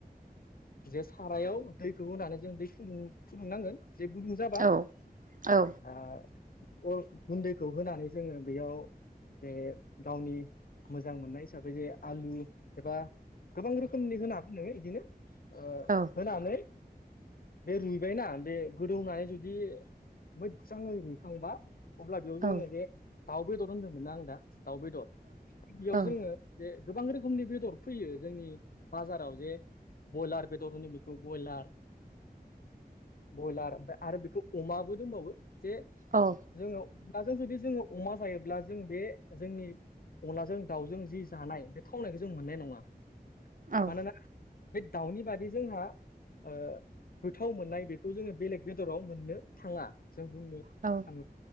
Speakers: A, on the left; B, on the right.
A: जे सारायाव दैखौ होनानै जों दै खुदुं गुदुं नांगोन जे गुदुं जाबा
B: औ औ
A: ओ गुन्दैखौ होनानै जोङो बेयाव जे गावनि मोजां मोननाय हिसाबै जे आलु एबा गोबां रोखोमनि होनो हागोन नोङो इदिनो ओ
B: औ
A: होनानै बे रुइबायनाा बे गोदौनानै जुदि मोजाङै रुइखांबा अब्ला बेयाव जोङो
B: औ
A: जे दाउ बेदर होन्दोंमोनना आं दा दाउ बेदर बेयाव
B: औ
A: जोङो जे गोबां रोखोमनि बेदर फैयो जोंनि बाजाराव जे ब्रयलार बेदर होनो बेखौ ब्रयलार बयलार ओमफ्राय आरो बेखौ अमाबो दंबावो जे
B: औ
A: जोङो अनलाजों जुदि जोङो अमा जायोब्ला जों बे जोंनि अनलाजों दाउजों जि जानाय बे थावनायखौ जों मोननाय नङा
B: औ
A: मानोना बे दाउनि बादै जोंहा ओ गोथाव मोननाय बेखौ जोङो बेलेग बेदराव मोननो थाङा जों बुंनो
B: औ
A: आङो